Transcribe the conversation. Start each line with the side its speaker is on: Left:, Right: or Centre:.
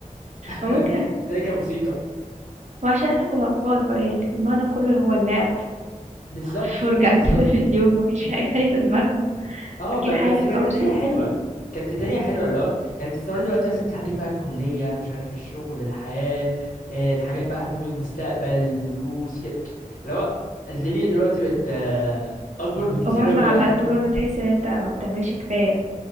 Right: أو ممكن
Left: <laughs> ده كانت بسيطه
Right: وعشان إحنا كنا أطفال فاللي في دماغنا كله هو اللعب <laughs>
Left: بالظبط
Right: والفرجة
Left: بالظبط
Right: على التلفزيون ما كانش في حاجة تانية في دماغنا،
Left: اه
Right: أكيد
Left: ما
Right: حاجة
Left: بس
Right: كانت
Left: كانت
Right: أبسط،
Left: الدنيا حلوه كانت الدنيا حلوه اللي هو يعني انت تصوري دلوقتي مثلا انت عندك بقى الكليه مش عارف الشغل الحياه آه، الحاجات بقى هموم المستقبل فلوس كده اللي هو الدنيا دلوقتي بقت آه، اكبر بكتير
Right: ومهما
Left: اوي يعني
Right: عملت برضه تحس إن أنت ما بتعملش كفاية،